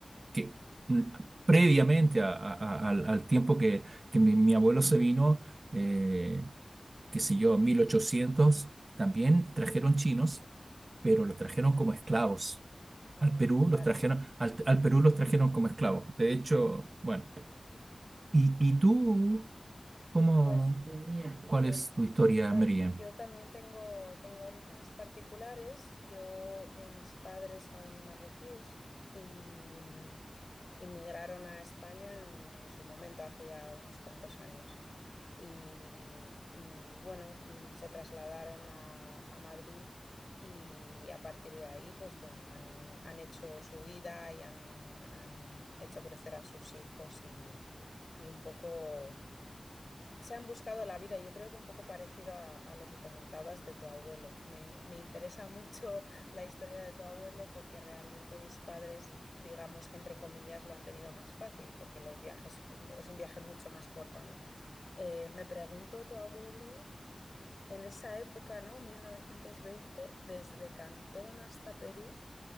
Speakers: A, on the right; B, on the left.
A: que mm, previamente a- a- a- al, al tiempo que, que mi, mi abuelo se vino, eh, qué sé yo, 1800, también trajeron chinos, pero los
B: Sí.
A: trajeron como esclavos.
B: Ah,
A: Al Perú
B: claro.
A: los trajeron, al al Perú los trajeron como esclavos. De hecho,
B: Sí.
A: bueno. ¿Y, y tú, cómo,
B: Pues
A: cuál
B: Me-
A: es tu historia,
B: yo,
A: María?
B: yo también tengo, tengo orígenes particulares. Yo, eh, mis padres son marroquíes y mm, inmigraron a España en, en su momento, hace ya unos cuantos años. Y, y, bueno, mm, se trasladaron a, a Madrid y a partir de ahí, pues bueno, han, han hecho su vida y han, han hecho crecer a sus hijos y, y un poco... Se han buscado la vida y yo creo que un poco parecido a, a lo que comentabas de tu abuelo. Me, me interesa mucho <laughs> la historia de tu abuelo porque realmente mis padres, digamos que entre comillas, lo han tenido más fácil porque los viajes es, mu- es un viaje mucho más corto, ¿no? Eh, me preguntó tu abuelo en esa época, ¿no? 1920, desde Cantón hasta Perú,